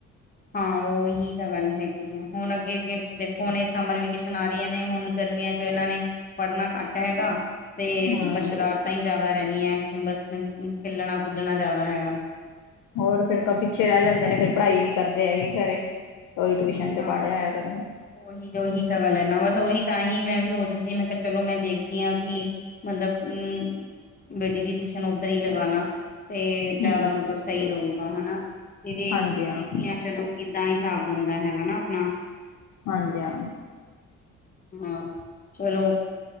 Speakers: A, on the left; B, on the left.
A: ਹਾਂ ਉਹੀ ਤਾਂ ਗੱਲ ਹੈਗੀ ਆ। ਹੁਣ ਅੱਗੇ ਅੱਗੇ ਦੇਖੋ ਹੁਣੇ ਸਮਰ ਵੀਕੇਸ਼ਨ ਆ ਰਹੀਆਂ ਨੇ ਹੁਣ ਗਰਮੀਆਂ ਚ ਇਹਨਾਂ ਨੇ ਪੜ੍ਹਨਾ ਘੱਟ ਹੈਗਾ ਤੇ
B: ਹਮ
A: ਸ਼ਰਾਰਤਾਂ ਹੀ ਜ਼ਿਆਦਾ ਰਹਿਣੀਆਂ ਬਸ ਖਲਣਾ ਕੁਦਣਾ ਜ਼ਿਆਦਾ ਹੈਗਾ।
B: ਹੋਰ ਫੇਰ ਪਿੱਛੇ ਰਹਿ ਜਾਂਦੇ ਨੇ ਫੇਿਰ ਪੜ੍ਹਾਈ ਨਹੀਂੀ ਕਰਦੇ ਹੈਗੇ ਘਰੇ। ਉਹੀ ਟਿਊਸ਼ਨ ਤੇ
A: ਹਾਂ
B: ਪੜ੍ਹ ਆਇਆ ਕਰਨ
A: ਉਹੀ ਉਹੀ ਤਾਂ ਗੱਲ ਹੈ ਨਾ ਬਸ ਉਹੀ ਤਾਂ ਹੀ ਮੈਂ ਵੀ ਸੋਚਦੀ ਸੀ ਮੈਂ ਕਿਹਾ ਚਲੋ ਮੈਂ ਦੇਖਦੀ ਹਾਂ ਵੀ ਮਤਲਬ ਅਮ ਬੇਟੀ ਦੀ ਟਊਸ਼ਨ ਉੱਧਰ ਹੀ ਲਗਾ ਲਾ ਤੇ ਜ਼ਿਆਦਾ
B: ਹਮ
A: ਮਤਲਬ ਸਹੀ ਰਹੇਗਾ ਹਨਾ ਤੇ ਦੇਖ
B: ਹਾਂਜੀ ਹਾਂ
A: ਦੇਖਦੇ ਹ ਚਲੋ ਕਿੱਦਾਂ ਹਿਸਾਬ। ਬੰਦਾ ਹੈਗਾ ਨਾ ਆਪਣਾ
B: ਹਾਂਜੀ ਹਾਂ
A: ਹਾਂ ਚਲੋ